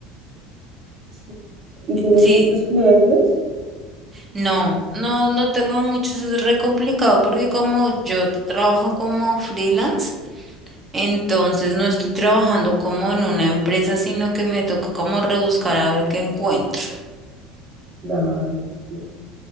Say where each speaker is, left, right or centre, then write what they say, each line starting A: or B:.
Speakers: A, on the right; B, on the right.
A: Sí. ¿Y tienes
B: Sí,
A: muchos clientes?
B: no, no, no tengo mucho, es re complicado porque como yo t- trabajo como freelance, entonces no estoy trabajando como en una empresa, sino que me toca como rebuscar a ver qué encuentro.
A: Claro. sí.